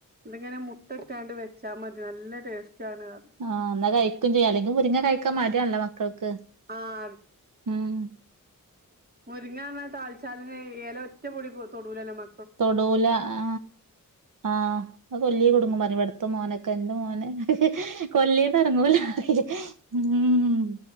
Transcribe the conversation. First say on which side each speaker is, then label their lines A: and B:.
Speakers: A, on the right; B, on the right.
A: ഇതിങ്ങനെ മു ട്ടട്ടാണ്ട് വെച്ചാ മതി നല്ല ടേസ്റ്റ് ആണ് പറഞ്ഞു
B: ആ ഇന്നാ കഴിക്കും ചെയ്യാ അല്ലെങ്കിൽ മുരിങ്ങ കഴിക്കാൻ മടിയാണല്ലോ മ മക്കൾക്ക്
A: ആഹ്
B: ഉം.
A: മുരിങ്ങാന്നാൽ താളിച്ചാലെന്നെ എല ഒറ്റ പൊടി തൊടൂലല്ലോ മ
B: തൊടൂല ആ ആ അത് കൊല്ലീ കുടുങ്ങും
A: ഉം
B: പറിം ഇവിട്ത്ത മോനൊക്കെ മോന് കൊല്ലീന്ന് എറങ്ങൂലാറിം ഇം.